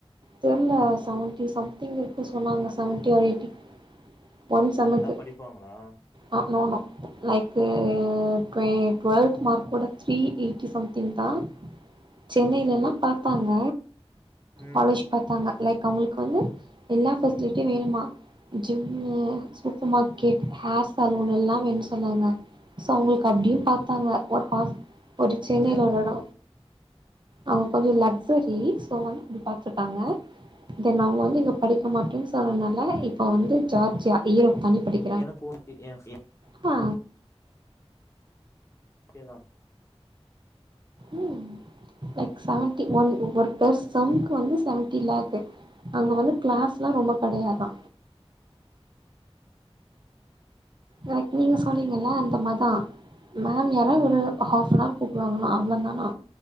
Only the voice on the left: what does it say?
நல்லா படிப்பாங்களா
ம்
ஏ
எனக்கு ஒருத்தி யா யா
கேவா
ம்